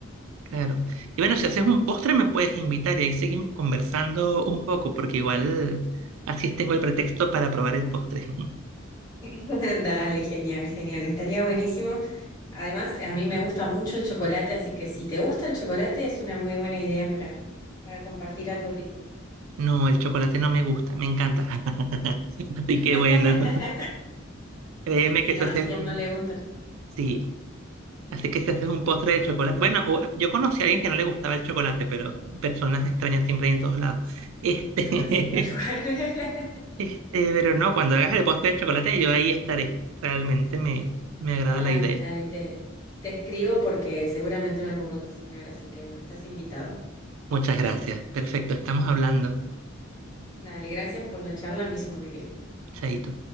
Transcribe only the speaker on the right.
Claro. Y bueno, si haces un postre me puedes invitar y ahí seguimos conversando un poco, porque igual así tengo el pretexto para probar el postre.
No, el chocolate no me gusta, me encanta. <laughs> Así
que bueno, <laughs> créeme
que
si haces
un...
Sí, así que si haces un postre de chocolate... Bueno, o- yo conocí a alguien que no le gustaba el chocolate, pero hay personas extrañas siempre hay en todos lados. Este,
<laughs> este, pero no, cuando hagas el postre de chocolate yo ahí estaré. Realmente me, me agrada
la idea.
Muchas gracias. Perfecto, estamos hablando.
Chaito.